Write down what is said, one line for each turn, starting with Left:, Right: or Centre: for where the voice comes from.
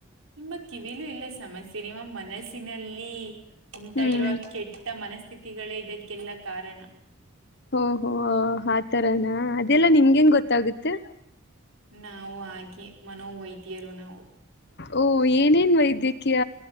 Right: ನಿಮ್ಮ ಕಿವಿಲು ಇಲ್ಲ ಸಮಸ್ಯೆ ನಿಮ್ಮ ಮನಸ್ಸಿನಲ್ಲಿ ಉಂಟಾ
Left: ಹ್ಮ್
Right: ಇರುವ ಕೆಟ್ಟ ಮನಸ್ಥಿತಿಗಳೇ ಇದಕ್ಕೆಲ್ಲ ಕಾರಣ.
Left: ಹೋ ಹೋ ಆತರಾನ ಅದೆಲ್ಲಾ ನಿಮ್ಗೆಂಗೆ ಗೊತ್ತಾಗುತ್ತೆ.
Right: ನಾವು ಹಾಗೆ ಮನೋವೈದ್ಯರು ನಾವು.
Left: ಓ ಏನೇನ್ ವೈದ್ಯಕೀಯ